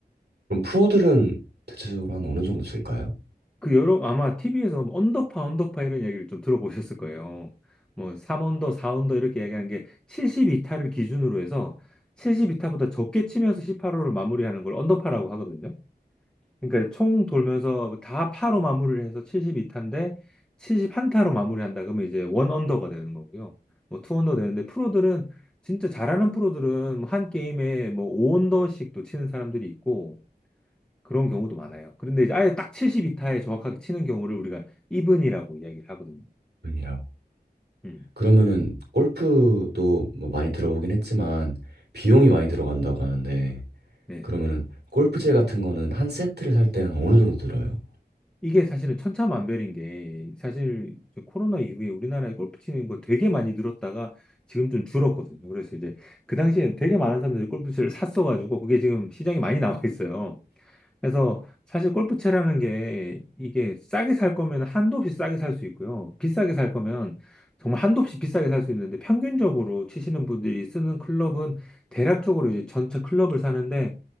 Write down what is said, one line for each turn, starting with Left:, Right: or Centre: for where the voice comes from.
Right: 그럼 프로들은 대체적으로 한 어느 정도 칠까요?
Centre: 그 여러 아마 TV에서 언더파 언더파 이런 이야기를 좀 들어보셨을 거예요. 뭐 3언더, 4언더 이렇게 이야기하는 게 72타를 기준으로 해서 72타보다 적게 치면서 18호를 마무리하는 걸 언더파라고 하거든요. 그러니까 총 돌면서 다 파로 마무리를 해서 72타인데 71타로 마무리한다 그러면 이제 원 언더가 되는 거고요. 뭐 투 언더 되는데 프로들은 진짜 잘하는 프로들은 한 게임에 뭐 5언더씩도 치는 사람들이 있고 그런 경우도 많아요. 그런데 이제 아예 딱 72타에 정확하게 치는 경우를 우리가 이븐이라고 이야기를 하거든요.
Right: 은이라고.
Centre: 음,
Right: 그러면은 골프도 뭐 많이 들어보긴 했지만 비용이 많이 들어간다고 하는데
Centre: 네.
Right: 그러면은 골프채 같은 거는 한 세트를 살 때 한 어느 정도 들어요?
Centre: 이게 사실은 천차만별인 게 사실 이제 코로나 이후에 우리나라에 골프 치는 거 되게 많이 늘었다가 지금 좀 줄었거든요. 그래서 이제 그 당시에 되게 많은 사람들이 골프채를 샀어가지고 그게 지금 시장에 많이 나와 있어요. 그래서 사실 골프채라는 게 이게 싸게 살 거면 한도 없이 싸게 살 수 있고요. 비싸게 살 거면 정말 한도 없이 비싸게 살 수 있는데 평균적으로 치시는 분들이 쓰는 클럽은 대략적으로 이제 전체 클럽을 사는데